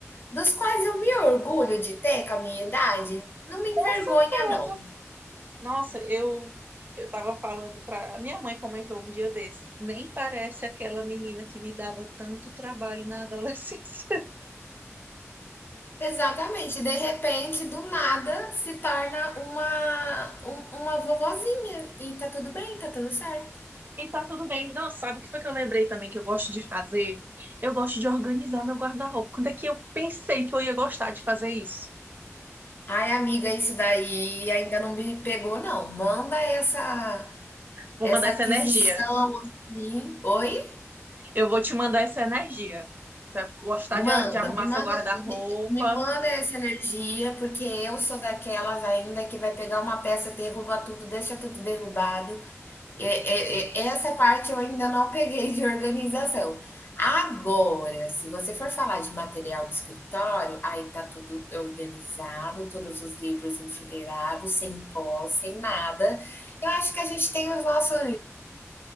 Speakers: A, on the left; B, on the right.
A: dos quais eu me orgulho de ter com a minha idade. Não me
B: com
A: envergonha,
B: certeza.
A: não.
B: Nossa, eu eu tava falando pra. Minha mãe comentou um dia desses, nem parece aquela menina que me dava tanto trabalho na adolescência.
A: Exatamente, de repente, do nada, se torna uma, um- uma vovozinha e tá tudo bem, tá tudo certo.
B: E tá tudo bem. Não, sabe o que foi que eu lembrei também que eu gosto de fazer? Eu gosto de organizar meu guarda-roupa. Quando é que eu pensei que eu ia gostar de fazer isso?
A: Ai, amiga, isso daí ainda não me pegou, não. Manda essa
B: Vou
A: essa
B: mandar essa
A: aquisição
B: energia.
A: assim. Oi?
B: Eu vou te mandar essa energia. Você vai gostar
A: Manda,
B: de, a- de arrumar
A: me manda,
B: seu guarda-roupa?
A: me, me manda essa energia, porque eu sou daquelas ainda que vai pegar uma peça, derruba tudo, deixa tudo derrubado. É, é, é, essa parte eu ainda não peguei de organização. Agora, se você for falar de material de escritório, aí tá tudo organizado, todos os livros enfileirados, sem pó, sem nada. Eu acho que a gente tem os nossos